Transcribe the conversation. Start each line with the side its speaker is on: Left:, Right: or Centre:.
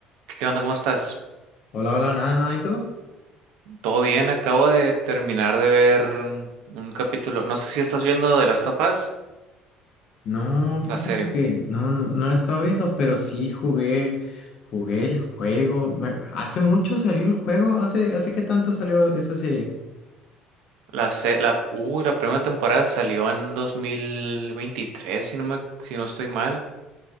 Right: ¿Qué onda? ¿Cómo estás?
Left: Hola, hola, nada, nada, ¿y tú?
Right: ¿Todo bien? Acabo de terminar de ver un capítulo. No sé si estás viendo The Last of Us,
Left: No,
Right: la
Left: fíjate
Right: serie.
Left: que no, no, no la he estado viendo, pero sí jugué, jugué el juego. Me- Hace mucho salió el juego, ¿hace, hace qué tanto salió esa serie?
Right: La, se- la, uy, la primera temporada salió en 2023, si no me, si no estoy mal.